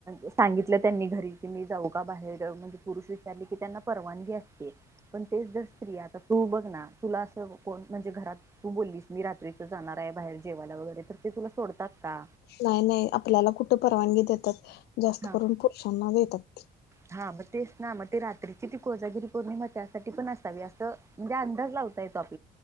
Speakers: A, on the right; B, on the left.
A: सांगितलं त्यांनी घरी की मी जाऊ का बाहेर जा म्हणजे पुरुष विचारले की त्यांना परवाग अस पण ते जर स्त तू बघ ना तुला अस म्हणजे घरात मी रात्रीच जाणार आहे बाहेर जेवायला वगैरे तर ते तुला सोडतात का
B: नाही नाही आपल्याला कुठे परवानगी देतात जास्त
A: हा
B: करून पुरुषांना देतात
A: हा मग तेच ना मग ते रात्रीची ती कोजागिरी पौर्णिमा त्यासाठी पण असावी असं म्हणजे अंदाज लावता येतो आप